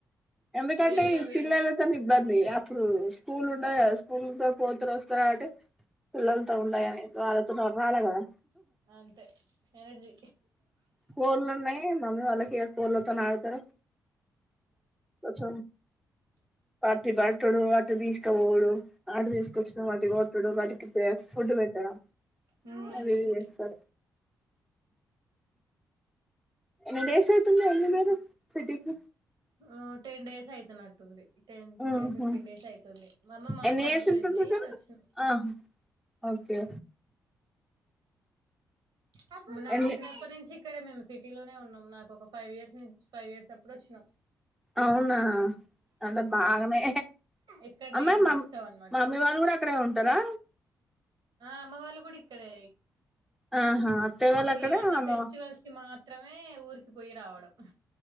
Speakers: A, in the centre; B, on the right.
A: ఎందుకండి
B: వేడిలో వేడి
A: పిల్లలు తని ఇబ్బంది అప్పుడు స్కూల్ ఉండయి గద స్కూల్ పోతారు వస్తారా కాబట్టి పిల్లలతో ఉండాయని వాళ్ళతోనీ మొహమాటం కదా
B: అంతే ఎనర్జీ
A: కోల్లున్నాయి మమ్మీ వాళ్ళకి కోళ్లతోనే ఆగుతారు చ
B: చ్
A: పాటినీ పటడు అటు తీసుకపోవుడు ఆటో తీసుకొచ్చిన వాటిని కొట్డుడు వాటికి ఫుడ్ పెట్టడం
B: మ్మ్
A: అవి ఇవి చేస్తారు ఎన్ని డేస్ అవుతుంది వెళ్ళి మరీ సిటీకి
B: ఆ టెన్ డేస్ అయితునట్టుంది టెన్
A: ఉహు
B: ఫిఫ్టీన్ డేస్ అయితుంది మా అమ్మమ్మ
A: ఎన్ని
B: చనిపోయింది
A: ఇయర్స్ ఉంటుంది ఇతను
B: వచ్చినా
A: ఆహా ఓకే
B: ఉమ్ నా
A: ఎన్ని
B: చిన్నప్పటి నుంచి ఇక్కడ మేము సిటీలోనే ఉన్నాం నాకు ఒక ఫైవ్ ఇయర్స్ నుంచి ఫైవ్ ఇయర్స్ అప్పుడు వచ్చినా
A: అవునా అంటే బాగమే
B: ఇక్కడనే
A: అమా
B: ఇక
A: మ
B: మొత్తం అనమాట
A: మమ్మీ వాళ్ళు కూడా ఇక్కడే ఉంటారా
B: ఆ అమ్మ వాళ్ళు కూడా ఇక్కడే
A: ఆహా అత్తయ్య వాళ్ళు అక్కడ
B: ఏవన్నా
A: అమ్మ
B: ఫెస్టివల్స్ కి మాత్రమే ఊరికి పోయి రావడం